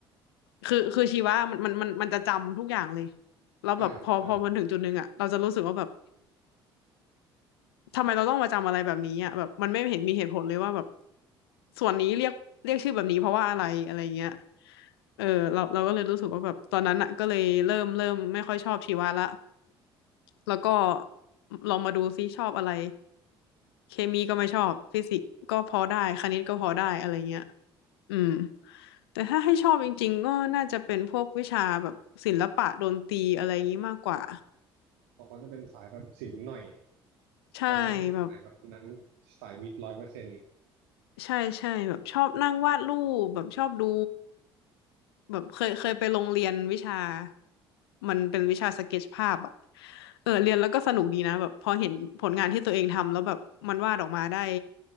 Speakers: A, on the left; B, on the right.
A: คือคือชีวะมันมันมันมันจะจำทุกอย่างเลยแล้วแบบพอพอมันถึงจุดหนึ่งอะเราจะรู้สึกว่าแบบ
B: อ่าใช่
A: ทำไมเราต้องมาจำอะไรแบบนี้อะแบบมันไม่เห็นมีเหตุผลเลยว่าแบบส่วนนี้เรียกเรียกชื่อแบบนี้เพราะว่าอะไรอะไรเงี้ยเออเราเราก็เลยรู้สึกว่าแบบตอนนั้นอะก็เลยเริ่มเริ่มไม่ค่อยชอบชีวะละแล้วก็ลองมาดูซิชอบอะไรเคมีก็ไม่ชอบฟิสิกส์ก็พอได้คณิตก็พอได้อะไรเงี้ย อืมแต่ถ้าให้ชอบจริงๆก็น่าจะเป็นพวกวิชาแบบศิลปะดนตรีอะไรอย่างนี้มากกว่า
B: บอกว่าจะเป็นสายแบบศิลป์หน่อย
A: ใช่แบบ
B: แต่ไม่ได้สายแบบนั้นสายวิทย์ร้อยเปอร์เซ็นต์
A: ใช่ใช่แบบชอบนั่งวาดรูปแบบชอบดูแบบเคยเคยไปโรงเรียนวิชามันเป็นวิชาสเก็ตชภาพอะเออเรียนแล้วก็สนุกดีนะแบบพอเห็นผลงานที่ตัวเองทำแล้วแบบมันวาดออกมาได้